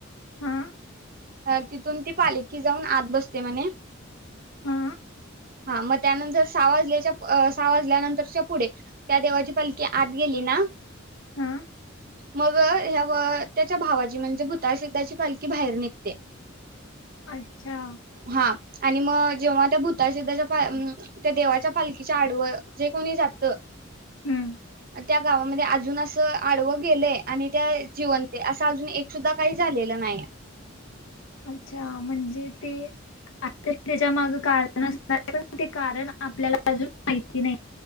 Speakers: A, on the left (about 75°); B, on the right (about 45°).
A: हा
B: अ तिथून ती पालखी जाऊन आत बसते म्हणे.
A: हा
B: हा म त्यानंतर सहा वाजल्याच्या साहा वाजल्यानंतरच्या पुढे त्या देवाची पालखी आत गेली ना
A: हा.
B: मग ह्या ब त्याच्या भावाची म्हणजे भूतळसिद्धाची पालखी बाहेर निघते.
A: अच्छा.
B: हा आणि म जेव्हा त्या भूताशद्धाच्या पाया त्या देवाच्या पालखीच्या आडवळ जे कोणी जातं
A: हम्म.
B: त्या गावामधे अजून असं आडवं गेलंय आणि त्या जिवंत असं अजून एक सुद्धा काही झालेलं नाई.
A: अच्छा म्हणजे ते <unintelligible> त्याच्या मागं कारणण असणार ए पण. ते कारण आपल्याला अजून माहिती नाइ.